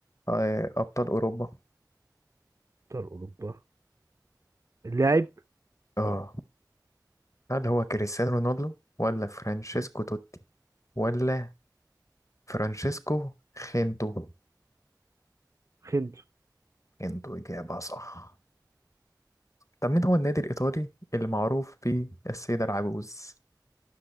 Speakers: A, on the left; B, on the right.
A: آه، أبطال أوروبا؟
B: أبطال أوروبا اللاعب
A: آه هل هو كريستيانو رونالدو ولا فرانشيسكو توتي ولا فرانشيسكو خينتو
B: خنتو
A: خينتو إجابة صح طب مين هو النادي الإيطالي اللي معروف بيه السيدة العجوز